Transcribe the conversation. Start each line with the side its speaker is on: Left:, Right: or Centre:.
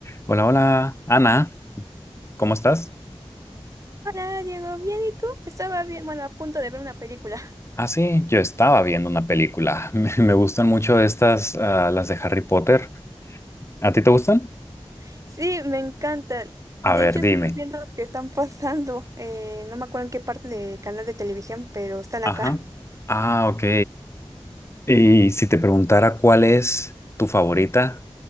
Left: Hola, hola, Ana, ¿cómo estás?
Right: Hola, Diego, ¿bien y tú? Estaba bien, bueno, a punto de ver una película.
Left: Ah, sí, yo estaba viendo una película. <laughs> Me, me gustan mucho estas, ah, las de Harry Potter. ¿A ti te gustan?
Right: <laughs> Sí, me encanta.
Left: A
Right: De
Left: ver,
Right: hecho, estaba
Left: dime.
Right: viendo que están pasando, eh, no me acuerdo en qué parte del canal de televisión, pero están
Left: Ajá.
Right: acá. <laughs>
Left: Ah, ok. Y si te preguntara cuál es tu favorita,